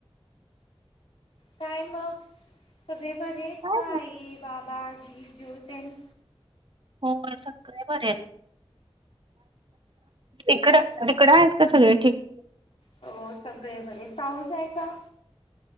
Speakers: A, on the left; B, on the right.
A: काय मग, सगळे बर आहेत
B: काय
A: का, आई, बाबाजी, चिऊ, तेन
B: हो, सगळे बरे आहेत. इकड, तिकड आहेत का सगळे ठीक.
A: हो सगळे बरे, पाऊस आहे का?